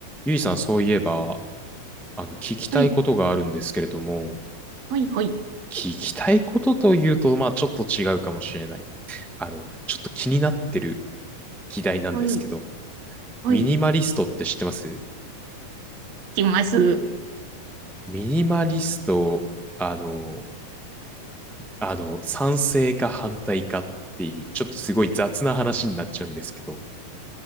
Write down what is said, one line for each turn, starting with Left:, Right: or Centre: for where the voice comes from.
Centre: ゆいさん、そういえば、あの、聞きたいことがあるんですけれども、
Right: はい、はい、はい、
Centre: 聞きたいことというと、まあ、ちょっと違うかもしれない。あの、ちょっと気になってる議題なんですけど、
Right: はい、はい、
Centre: ミニマリストって知ってます
Right: 来ます。
Centre: ミニマリスト、あの、あの、賛成か反対かっていう、ちょっとすごい雑な話になっちゃうんですけど、